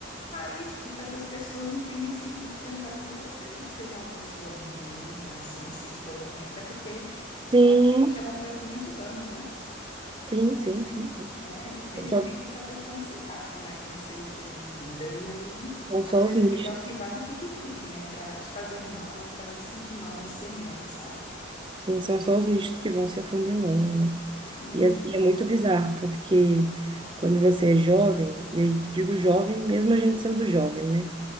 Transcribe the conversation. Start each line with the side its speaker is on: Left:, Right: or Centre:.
Left: Aí, tipo, para essas pessoas não tem nem sentido ter amizade com você. Não que seja uma pessoa ruim, assim, em si, de todo ruim, até porque
Right: Sim,
Left: é um amigo que te acompanha por muitos anos, né?
Right: sim,
Left: Só
Right: sim,
Left: que,
Right: sim.
Left: né, infelizmente
Right: Só-
Left: essa pessoa não se encaixa mais no seu estilo de vida. E aí,
Right: são
Left: às
Right: só
Left: vezes
Right: os nichos.
Left: é melhor que vá do que que fique, né? Pra te fazer mal, te fazer se sentir mal em ser mãe, sabe?
Right: Sim, são só os nichos que vão se afunilando, né?
Left: Uhum,
Right: E é, e é muito bizarro, porque quando você é jovem, e eu digo jovem mesmo a gente sendo jovem, né?